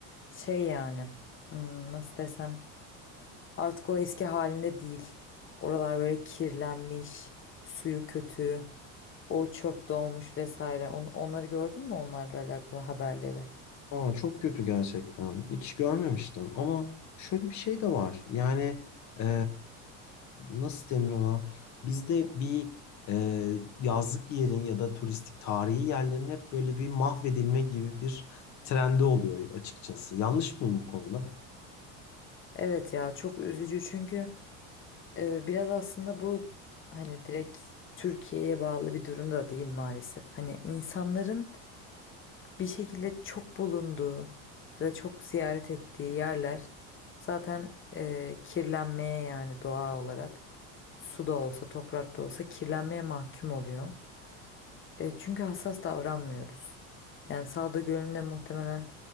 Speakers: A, on the left; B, on the left.
A: Şey yani hmm, nasıl desem artık o eski halinde değil. Oralar böyle kirlenmiş, suyu kötü. O çöp dolmuş vesaire. On, onları gördün mü onlarla alakalı haberleri?
B: Aa çok kötü gerçekten. Hiç görmemiştim ama şöyle bir şey de var. Yani e, nasıl denir ona? Bizde bir e, yazlık yerin ya da turistik tarihi yerlerin hep böyle bir mahvedilme gibi bir trendi oluyor açıkçası. Yanlış mıyım bu konuda?
A: Evet ya çok üzücü çünkü e, biraz aslında bu hani direkt Türkiye'ye bağlı bir durum da değil maalesef. Hani insanların bir şekilde çok bulunduğu ya da çok ziyaret ettiği yerler zaten e, kirlenmeye yani doğa olarak su da olsa toprak da olsa kirlenmeye mahkum oluyor. E, çünkü hassas davranmıyoruz. Yani Salda Gölü'nde muhtemelen